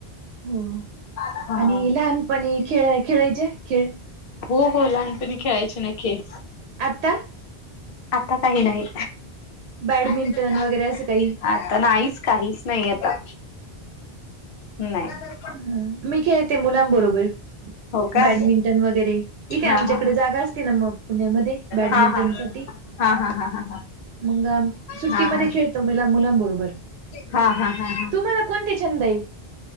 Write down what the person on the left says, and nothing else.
हा
हो, हो लहानपणी खेळायचे ना खेळ.
आता काही नाही.
आता
नाहीच, काहीच नाही आता नाही.
हो का?
हा हा
हा हा हा
हा हा हा हा.
हा हा
हा हा हा हा